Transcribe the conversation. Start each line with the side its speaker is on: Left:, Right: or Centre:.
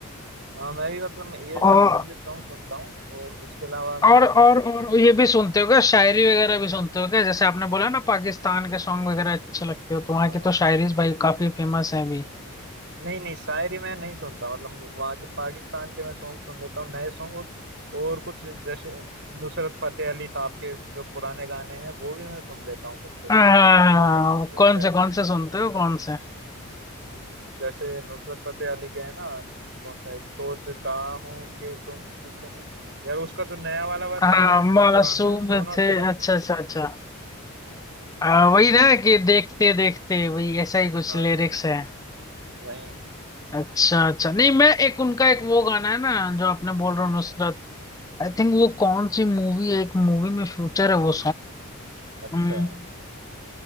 Right: हाँ मैं भी मतलब ये
Left: सॉन्ग
Right: सब इंग्लिश सॉन्ग सुनता हूँ और उसके अलावा
Left: और
Right: मैं
Left: और और ये भी सुनते हो क्या शायरी वगैरह भी सुनते हो क्या जैसे आपने बोला ना पाकिस्तान के सॉन्ग वगैरह अच्छे लगते हो तो वहाँ
Right: हाँ,
Left: की तो शायरी भाई काफी फेमस है अभी
Right: नहीं नहीं शायरी मैं नहीं सुनता मतलब वहाँ के पाकिस्तान के मैं सॉन्ग सुन लेता हूँ नए सॉन्ग और कुछ जैसे नुसरत फतेह अली साहब के जो पुराने गाने हैं वो भी मैं सुन लेता हूँ कुछ कुछ
Left: हाँ
Right: पुराने सॉन्ग भी उनके
Left: कौन
Right: अच्छे
Left: से कौन
Right: हैं।
Left: से सुनते हो कौन से
Right: हम्म, जैसे नुसरत फतेह अली के है ना कौन सा एक सोचता हूँ कि तुम कितने यार उसका तो नया वाला वर्जन
Left: हाँ
Right: है और उसका
Left: मासूम
Right: पुराना है दोनों अच्छे
Left: थे
Right: लगते
Left: अच्छा
Right: हैं
Left: अच्छा अच्छा
Right: हम्म,
Left: आ, वही ना कि देखते देखते वही ऐसा ही कुछ
Right: हाँ
Left: लिरिक्स
Right: हाँ
Left: है
Right: वही
Left: अच्छा अच्छा नहीं मैं एक उनका एक वो गाना है ना जो आपने बोल रहे हो नुसरत आई थिंक वो कौन सी मूवी है एक मूवी में फ्यूचर है वो
Right: अच्छा
Left: सॉन्ग